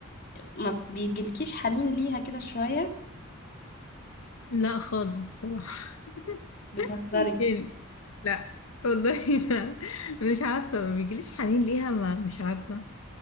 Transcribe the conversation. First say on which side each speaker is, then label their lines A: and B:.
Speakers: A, on the left; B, on the left.
A: ما بيجيلكيش حنين ليها كده شويه
B: لا خالص بصراحة
A: بتهزري
B: <laughs> يعني لا والله لا مش عارفة ما بيجيليش حنين ليها ما مش عارفة